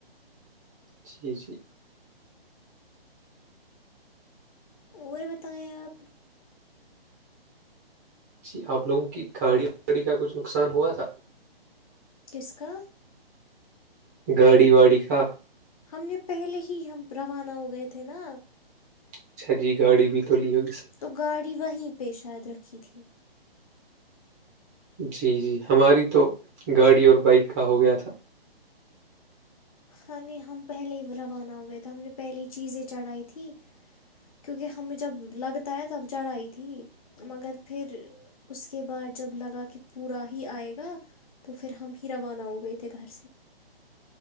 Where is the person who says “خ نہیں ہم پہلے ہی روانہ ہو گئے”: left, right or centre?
Left